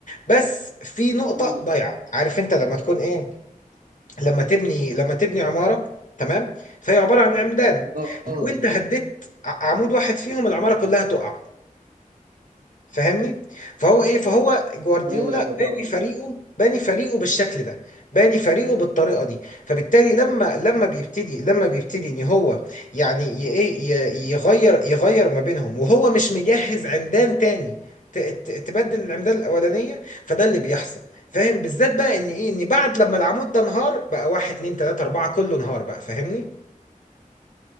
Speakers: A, on the left; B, on the right.
A: بس في نقطة
B: امم
A: ضايعة عارف انت لما تكون ايه لما تبني لما تبني عمارة تمام فهي عبارة عن عمدان
B: اه
A: لو
B: آه.
A: انت هديت ع- عمود واحد فيهم العمارة كلها تقع فاهمني فهو ايه فهو جوارديولا
B: ايوه ايوه فاهم
A: باني فريقه باني فريقه بالشكل ده باني فريقه بالطريقه دي فبالتالي لما لما بيبتدي لما بيبتدي ان هو يعني ي- ايه ي- يغير يغير ما بينهم وهو مش مجهز عمدان تاني ت- ت- تبدل العمدان الاولانيه فده اللي بيحصل فاهم بالذات بقى ان ايه ان بعد لما العمود ده انهار بقى واحد اتنين تلاته اربعه كله انهار بقى فاهمني